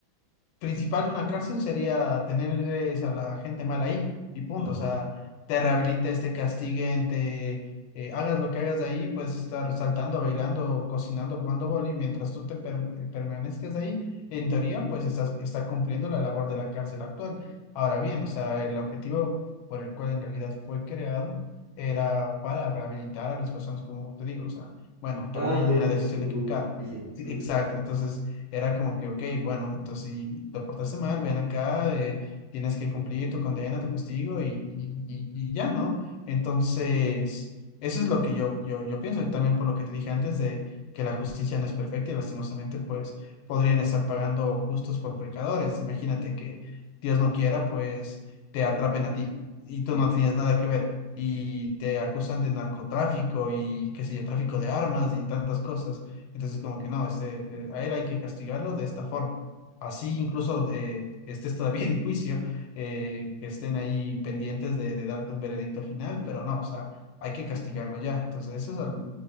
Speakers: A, on the left; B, on the right.
A: principal de una cárcel sería tenerles a la gente mal ahí y punto.
B: Ajá.
A: O sea, te rehabilites, te castiguen, te eh, hagas lo que hagas de ahí, puedes estar saltando, bailando, cocinando, jugando boli, mientras tú te per- eh, permanezcas ahí, en teoría, pues estás está cumpliendo la labor de la cárcel actual. Ahora bien, o sea, el objetivo por el cual en realidad fue creado era para rehabilitar a las personas, como te digo, o sea, bueno, tomé
B: Ah,
A: una
B: ya entendí
A: decisión
B: tu
A: equivocada.
B: punto. Sí, sí.
A: Sí, exacto, entonces... Era como que, ok, bueno, entonces si te portaste mal, ven acá, eh, tienes que cumplir tu condena, tu castigo y, y- y- y ya, ¿no? Entonces, eso es lo que yo, yo, yo pienso y también por lo que te dije antes de que la justicia no es perfecta y lastimosamente pues podrían estar pagando justos por pecadores. Imagínate que Dios no quiera, pues te atrapen a ti y
B: Ujú.
A: tú no tenías nada que ver. Y te acusan de narcotráfico y qué sé yo, tráfico de armas y tantas cosas. Entonces, como que no, este, eh, a él hay que castigarlo de esta forma. Así incluso eh, estés todavía <laughs> en juicio, eh, que estén ahí pendientes de, de darte un veredicto final, pero no, o sea, hay que castigarlo ya. Entonces, eso es, al-